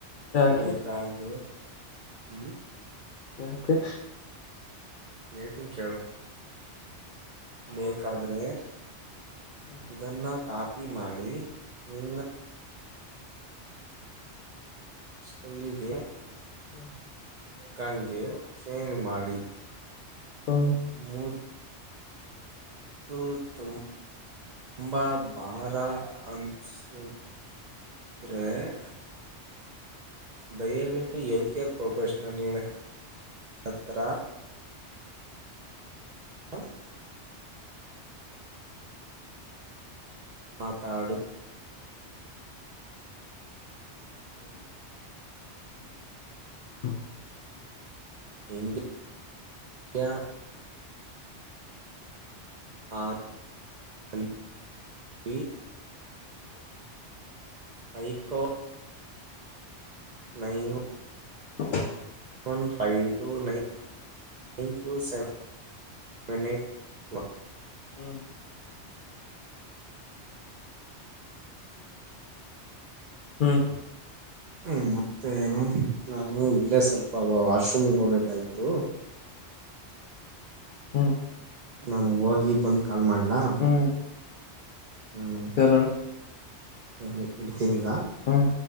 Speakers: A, on the left; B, on the right.
A: ಯಾಕೆ
B: ಬೇಕಾದ ಹ್ಮ್
A: ಮತೆ
B: ಹೇಳ್ತೀನ್ ಕೇಳು ಬೇಕಾದ್ರೆ
A: ಹ್ಮ್
B: ಇದನ್ನ ಕಾಪಿ ಮಾಡಿ ನಿನ್ನ ಸ್ಟೈಲ್ಗೆ
A: ಹ್ಮ
B: ಕಂ <unintelligible> ಚೇಂಜ್ ಮಾಡಿ
A: ಹ
B: ಮೂಡ್ ತು ತುಂಬಾ ಭಾರ ಅನ್ಸುದು <unintelligible> ದಯವಿಟ್ಟು ಹೆಲ್ತ್ ಕೇರ್ ಪ್ರೊಫೆಷನಲ್ ಹತ್ರ ಹ ಮಾತಾಡು
A: <unintelligible>
B: India <unintelligible>
A: <unintelligible>
B: ಐಕೋ nine one
A: <unintelligible>
B: one five two nine nine two seven eight one
A: ಹ್ಮ್ ಹ್ಮ್
B: ಹ್ಮ್ ಮತ್ತೆ ಎನು ನಾನ್ ಹ್ಮ ಇಲ್ಲೇ ಸ್ವಲ್ಪ ವಾಶ್ರೂಮಿಗೆ ಹೋಗ್ಬೇಕಾಯ್ತು
A: ಹ್ಮ್
B: ನಾನು ಹೋಗಿ ಬಂದು ಕಾಲ್ ಮಾಡ್ಲಾ.
A: ಹ್ಮ್ <unintelligible>
B: ಹ್ಮ್ ಸರಿ ಇಡ್ತೀನಿಗಾ.
A: ಹ್ಮ್